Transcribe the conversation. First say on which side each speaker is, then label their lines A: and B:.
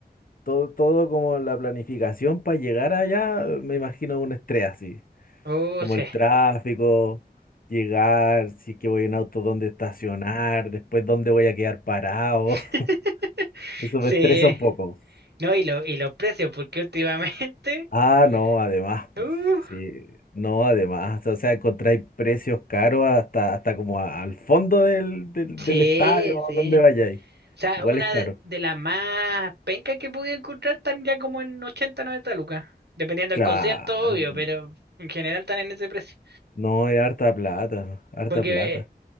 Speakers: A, on the left; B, on the right.
A: Todo, todo como la planificación para llegar allá, me imagino un estrés así,
B: Oh,
A: como
B: sí.
A: el tráfico, llegar, si es que voy en auto, dónde estacionar, después dónde voy a quedar parado.
B: <laughs>
A: <laughs> Eso
B: Sí.
A: me estresa un poco.
B: No, y, lo, y los precios, porque últimamente.
A: Ah,
B: <laughs>
A: no, además, pues,
B: Uh,
A: sí, no, además, o sea, encontráis precios caros hasta, hasta como a- al fondo del, del,
B: sí,
A: del estadio,
B: sí.
A: donde vayáis.
B: O sea,
A: Igual
B: una
A: es caro.
B: de, de las más pencas que pude encontrar están ya como en 80, 90, lucas. Dependiendo
A: Claro,
B: del concierto, obvio, pero en general están en ese precio.
A: no, es harta plata, harta
B: porque
A: plata.